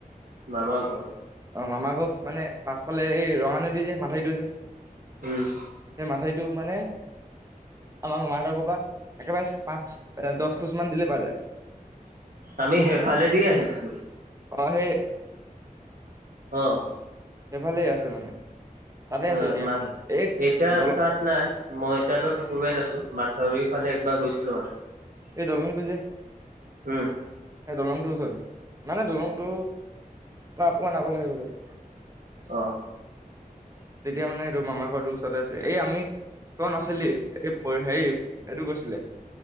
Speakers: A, on the right (about 70°); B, on the right (about 20°).
A: মামা ঘৰত।
B: অ', মামাৰ ঘৰত মানে পাছফালে এই ৰঙা নদী যে মাথাইটো যে। সেই
A: উম,
B: মাথাৰিটো মানে আমাৰ মামাহত একেবাৰে পাঁচ, দহ খোচ মান দিলে পাই যায়।
A: আমি সেফালেদি আহিচিলোঁ।
B: অ সেই
A: অ'।
B: এফালে আছে মানে। তাতে
A: অ',
B: আছো এতিয়া
A: মাত
B: একনো এই
A: এতিয়া
B: দলং
A: তাত নাই মই এতিয়াতো মুম্বাইত আছোঁ মাথাউৰিৰ ফালে একবাৰ গৈছিলোঁ মানে।
B: এই দলংটো যে
A: উম,
B: এই দলংটো ওচৰতে। মানে দলংটো পা অকমান আগলে আহিব লাগে।
A: অ',
B: তেতিয়া মানে এইটো মামা ঘৰটো। তাতে আছে এই আমি তই নাছিলি, এই হেৰি এইটো গৈছিলে।